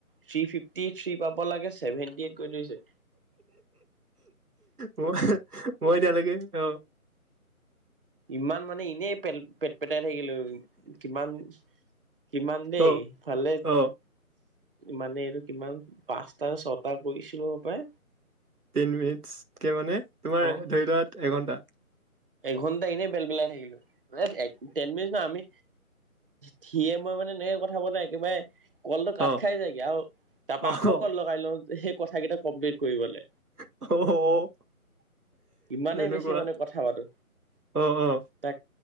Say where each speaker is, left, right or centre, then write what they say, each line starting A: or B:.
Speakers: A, on the right; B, on the right.
A: থ্ৰী ফিফটি থ্ৰী পাব লাগে চছেভেনটি কৰি দিছে।
B: মই মই এতিয়ালৈকে অ',
A: ইমান মানে এনেই পেল পেত পটাই থাকিলো কিমান কিমান দেই
B: অ',
A: ভালে
B: অ',
A: মানে এইটো কিমান পাঁচটা ছটা কৰিছিলো হপায়
B: তিন মিনিটকে মানে তোমাৰ
A: অ
B: ধৰি লোৱা এঘন্টা
A: এঘন্টা এনেই বেল বেলাই থাকিলো টেন মিনিট ন আমি ধিয়ে মই মানে এনেকে কথা পতা নাই একেবাৰে কলটো
B: অ',
A: কাট খাই যায়গে আৰু তাৰ
B: অ',
A: পৰা আকৌ কল লগাই লওঁ সেই কথা কেইটা কমপ্লিট কৰিবলে
B: অ
A: ইমানেই
B: তেনেকুৱা
A: বেছি মানে কথা পাতো
B: অ', অ',
A: তাক